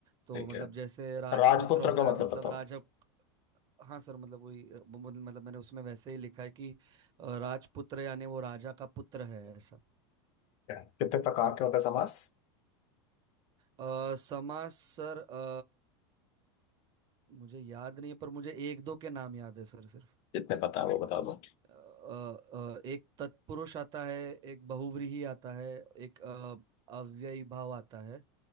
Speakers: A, on the right (about 35°); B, on the left (about 45°).
A: तो
B: ठीक
A: मतलब
B: है
A: जैसे राजपुत्र
B: राजपुत्र
A: होता
B: का
A: है
B: मतलब
A: मतलब
B: बताओ
A: राजा हाँ सर मतलब वही अ, म- मतलब मैंने उसमें वैसे ही लिखा है कि अ, राजपुत्र यानी वो राजा का पुत्र है ऐसा
B: क्या कितने प्रकार के होते हैं समास
A: अ, समास सर अ, मुझे याद नहीं है पर मुझे एक दो के नाम याद है सर सिर्फ
B: जितने पता है वो बता दो
A: अ, अ, एक तत्पुरुष आता है एक बहुव्रीहि आता है एक अ, अव्ययीभाव आता है